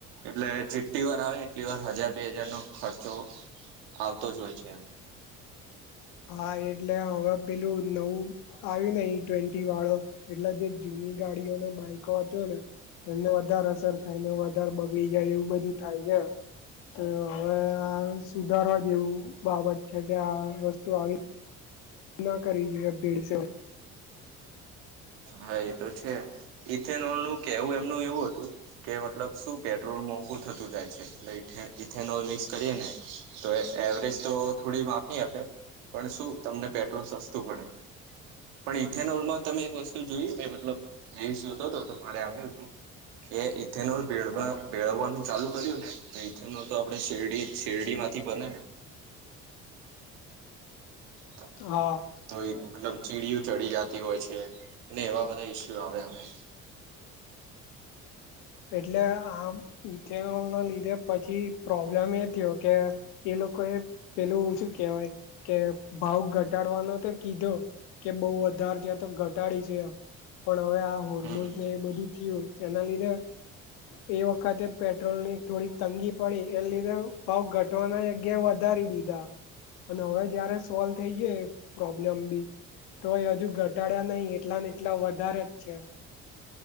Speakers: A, on the right (about 85°); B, on the left (about 80°).
A: એટલે જેટલી વાર આવે એટલી વાર હજાર બે હજાર નો ખર્ચો આવતો જ હોય છે એમ
B: હા એટલે હવે પેલું નવું આવ્યું ને ઈ ટ્વેન્ટી વાળો એટલે જે જૂની ગાડીઓને બાઈકો હત ને એમને વધારે અસર થાય એને વધારે બગડી જાય એવું બધું થાય છે તો હવે આ સુધારવા જેવું બાબત છે કે આ વસ્તુ આવી ના કરીએ ભેડસે
A: હા એ તો છે ઇથેનોલ નું કેવું એમનું એવું હતું કે મતલબ શું પેટ્રોલ મોંઘુ થતું જાય છે એ ઇથેનોલ મિક્સ કરીએ ને તો એવરેજ તો થોડી માપી આપે પણ શું તમને પેટ્રોલ સસ્તું પડે પણ ઇથેનોલમાં તમે એક વસ્તુ જોય મતલતો હતો મારે આવ્યું હતું કે ઇથેનો જવાનું ચાલુ કર્યું ને તો ઇથે ન તો આપડે શેરડી શેરડી માંથી બને ને તો
B: હા
A: તો મતલબ ચીડીયું ચડી જતી હોય છે અને એવા બધા ઈસ્યુ આવે હવે
B: એટલે આ ઇ ના લીધે પછી પ્રોબ્લેમ એ થયો કે એ લોકો એ પેલું એવું શું કેહેવાય કે ભાવ ઘટાડવાનો તો કીધો કે બઉ વધારે ત્યાં તો ઘટાડી છે પણ હવે આ હોર્મોસ
A: હમ
B: ને એ બધું થયું એના લીધે એ વખતે પેટ્રોલ ની થોડીક તંગી પડી એને લીધે ભાવ ઘટવાની જગ્યાએ વધારી દીધી અને હવે જયારે સોલ્વ થઈ જાય પ્રોબ્લેમ બી તોય હજુ ઘટાડ્યા નહી એટલા ને એટલા વધારે જ છે